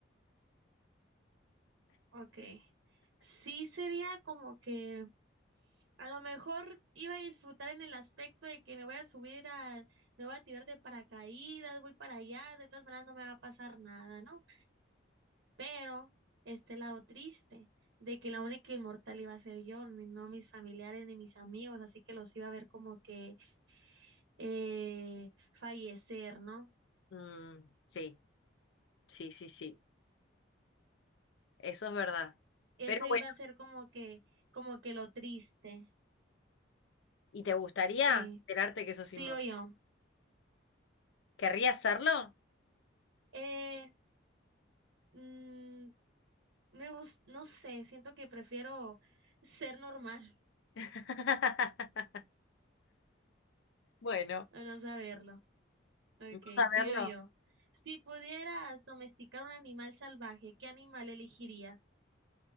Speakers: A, on the right; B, on the left.
A: ok. Sí, sería como que a lo mejor iba a disfrutar en el aspecto de que me voy a subir al, me voy a tirar de paracaídas, voy para allá, de todas maneras no me va a pasar nada, ¿no? Pero este lado triste de que la única inmortal iba a ser yo, ni no mis familiares ni mis amigos, así que los iba a ver como que eh, fallecer, ¿no?
B: Mm, sí, sí, sí, sí, eso es verdad.
A: Eso
B: Pero
A: iba
B: bueno,
A: a ser como que, como que lo triste.
B: ¿y te gustaría
A: Sí,
B: enterarte que sos
A: sigo
B: inmortal?
A: yo.
B: ¿Querrías hacerlo?
A: Eh, mm, me gus- no sé, siento que prefiero ser normal
B: <laughs> Bueno,
A: <laughs> a no saberlo. Ok,
B: no saberlo.
A: sigo yo. Si pudieras domesticar un animal salvaje, ¿qué animal elegirías?